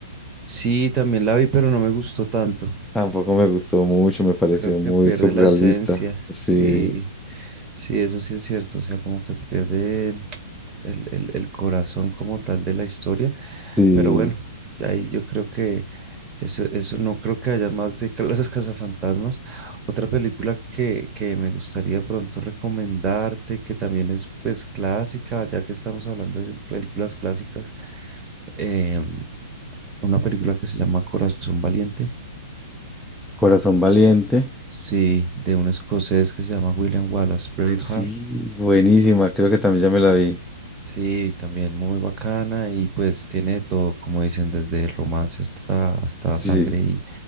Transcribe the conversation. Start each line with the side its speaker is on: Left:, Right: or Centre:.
Right: Sí, también la vi, pero no me gustó tanto.
Centre: Tampoco me gustó mucho, me pareció
Right: Creo que
Centre: muy
Right: pierde
Centre: surrealista.
Right: la esencia.
Centre: Sí,
Right: Sí, sí, eso sí es cierto. O sea, como que pierde el, el- el corazón como tal de la historia.
Centre: sí,
Right: Pero bueno, ahí yo creo que eso, eso no creo que haya más de <laughs> que los cazafantasmas. Otra película que, que me gustaría pronto recomendarte, que también es pues clásica, ya que estamos hablando de películas clásicas, eh, una película que se llama Corazón Valiente.
Centre: Corazón Valiente.
Right: Sí, de un escocés que se llama William Wallace Braveheart.
Centre: Sí, buenísima, creo que también ya me la vi.
Right: Sí, también muy bacana y pues tiene de todo, como dicen, desde romance hasta, hasta
Centre: Sí,
Right: sangre y,